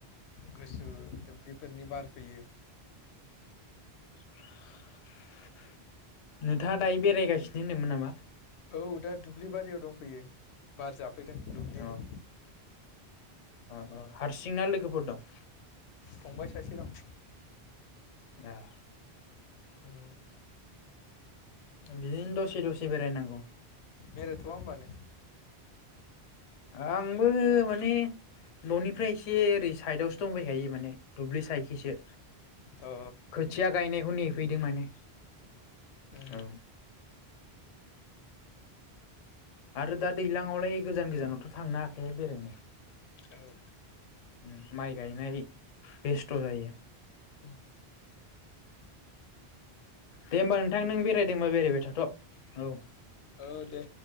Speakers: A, on the left; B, on the left.
A: गुसु दु ब्लिफोरनि बार फैयो।
B: <inaudible> नोंथा <unintelligible> दायो बेरायगासिनो होनदोंमोन नामा?
A: औ दा दुब्लि बारियाव दंफैयो बार जा फैदों दुब्लिनि।
B: अ अ अ हारसिं ना लोगोफोर दं?
A: फंबाय सासे दं।
B: एह
A: उम।
B: बिदिनो दसे दसे बेरायनांगौ।
A: बेरायथ'आ होनबा नों?
B: आंबो माने न'निफ्राय एसे ओरै साइदावसो दंबायखायो माने दुब्लि साइडखिसो
A: औ
B: खोथिया गायनायखौ नेफैदों माने।
A: उम
B: औ। आरो दा दैलांयावलाय गोजान गोजानावथ' थांनो हाखाया बेरायनो।
A: औ।
B: उम माइ गायनाय बेस्थ' जायो।
A: उम <inaudible>
B: दे होमबा नोंथां नों बे रायदोंबा बेरायबाय थाथ' औ
A: ओ दे।